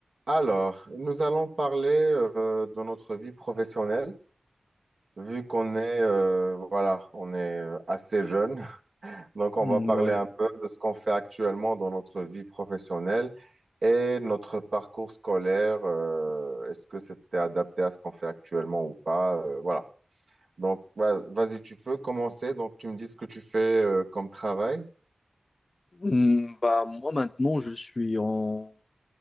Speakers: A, on the right; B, on the left.
A: Alors, nous allons parler euh, de notre vie professionnelle, vu qu'on est, euh, voilà, on est euh, assez jeune. <laughs> Donc, on
B: Mm,
A: va parler
B: Ouais.
A: un peu de ce qu'on fait actuellement dans notre vie professionnelle et notre parcours scolaire. euh, est-ce que c'était adapté à ce qu'on fait actuellement ou pas? euh, voilà. Donc, va- vas-y, tu peux commencer. Donc, tu me dis ce que tu fais euh, comme travail.
B: Mm, bah, moi maintenant, je suis en,